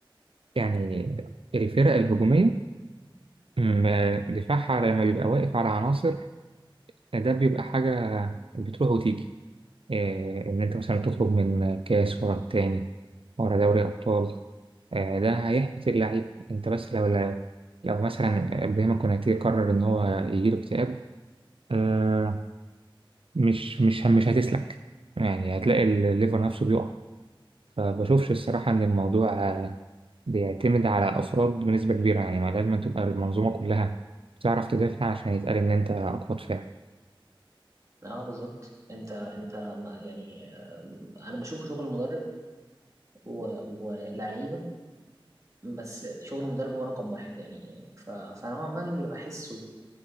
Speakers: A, on the right; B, on the right.
A: يعني الفرق الهجومية م- دفاعها لما بيبقى واقف على عناصر ده بيبقى حاجة بتروح وتيجي إيه، إن أنت مثلا تخرج من كاس ورا التاني ورا دوري أبطال آه، ده هيحبط اللعيب أنت بس لو لو, لو مثلا إبراهيم كوناتي قرر إن هو يجيله اكتئاب آه، مش مش مش هتسلك يعني هتلاقي الليفر نفسه بيقع فبشوفش الصراحة إن الموضوع آه، بيعتمد على أفراد بنسبة كبيرة يعني ما لازم تبقى المنظومة كلها بتعرف تدافع عشان يتقال إن أنت أقوى دفاع
B: اه بالظبط انت انت ما- يعني آم، انا بشوف شغل مدرب و- ولعيبه بس شغل المدرب هو رقم واحد يعني ف- فانا عمال اللي بحسه